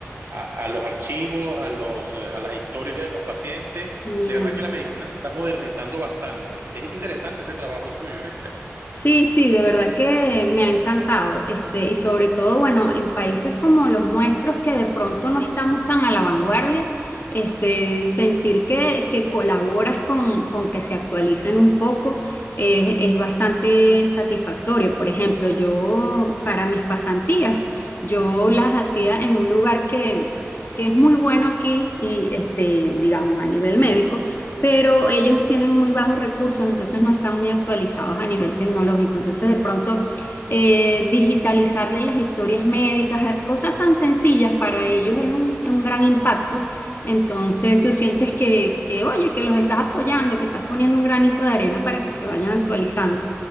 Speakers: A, on the right; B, on the left.
A: a, a los archivos, a los, eh, a las historias de los pacientes
B: Genial.
A: de verdad que la medicina se está modernizando bastante. Es interesante ese trabajo tuyo, ¿viste?
B: Sí, sí, de verdad que me ha encantado, este, y sobre todo, bueno, en países como los nuestros que de pronto no estamos tan a la vanguardia, este, sentir que, que colaboras con, con que se actualicen un poco eh, es bastante satisfactorio. Por ejemplo, yo para mis pasantías, yo las hacía en un lugar que, que es muy bueno aquí y, este, digamos, a nivel médico pero ellos tienen muy bajos recursos, entonces no están muy actualizados a nivel tecnológico. Entonces, de pronto, eh, digitalizarle las historias médicas, eh, cosas tan sencillas para ellos es un, es un gran impacto. Entonces, tú sientes que, que, oye, que los estás apoyando, que estás poniendo un granito de arena para que se vayan actualizando.